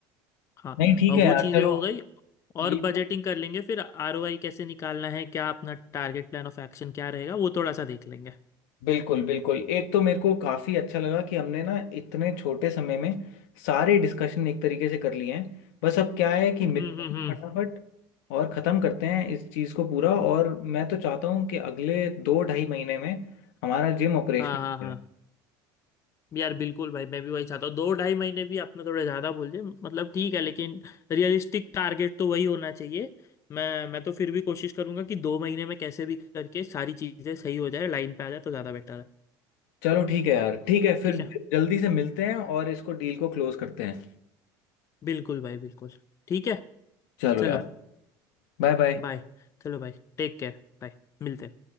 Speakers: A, on the left; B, on the left.
A: हाँ
B: नहीं ठीक
A: और
B: है
A: वो
B: यार
A: चीज़ें
B: चलो
A: हो गई
B: ये
A: और बजटिंग
B: तो
A: कर लेंगे फिर आरओआई कैसे निकालना है क्या अपना टारगेट प्लान ऑफ एक्शन क्या रहेगा वो थोड़ा सा देख लेंगे <laughs>
B: बिल्कुल बिल्कुल एक तो मेरे को काफी अच्छा लगा कि हमने ना इतने छोटे समय में सारे डिस्कशन एक तरीके से कर लिए हैं बस अब क्या है कि
A: हम्म
B: मिलते
A: हम्म
B: हैं
A: हम्म
B: फटाफट और खत्म करते हैं इस चीज को पूरा और मैं तो चाहता हूँ कि अगले दो ढाई महीने में हमारा जिम ऑपरेशनल
A: हाँ हाँ हाँ
B: है
A: यार बिल्कुल भाई मैं भी वही चाहता हूँ दो ढाई महीने भी आपने थोड़ा ज्यादा बोल दिया मतलब ठीक है लेकिन रियलिस्टिक टारगेट तो वही होना चाहिए मैं मैं तो फिर भी कोशिश करूंगा कि दो महीने में कैसे भी करके सारी चीजें सही हो जाए लाइन पे आ जाए तो ज्यादा बेटर है
B: चलो ठीक है यार ठीक है फिर
A: ठीक है
B: जल्दी से मिलते हैं और इसको डील को क्लोज करते हैं
A: बिल्कुल भाई बिल्कुल ठीक है
B: चलो
A: चलो
B: यार बाय बाय
A: बाय चलो भाई Take care bye मिलते हैं